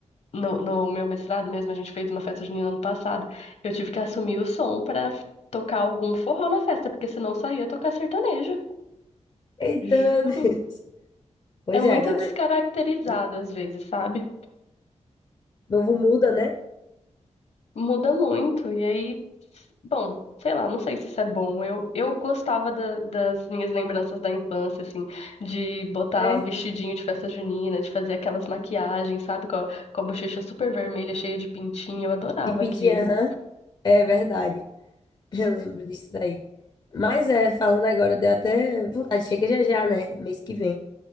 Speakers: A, on the left; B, on the left.
A: no, no meu mestrado mesmo, a gente fez uma festa junina ano passado, eu tive que assumir o som pra tocar algum forró na festa, porque senão só ia tocar sertanejo.
B: Eita,
A: Juro.
B: meu Deus. <laughs> Pois
A: É muito
B: é, a galera.
A: descaracterizado
B: assim,
A: às vezes, sabe?
B: Novo muda, né?
A: Muda muito. E aí, bom, sei lá, não sei se isso é bom. Eu, eu gostava da- das minhas lembranças da infância, assim, de botar
B: É.
A: vestidinho de festa junina, de fazer aquelas maquiagens, sabe? Com a, com a bochecha super vermelha, cheia de pintinho. Eu adorava
B: De pintinha,
A: aquilo.
B: aham. É verdade. <laughs> Eu lembro disso daí. Mas é, falando agora, deu até vontade. Chega já já, né? Mês que vem.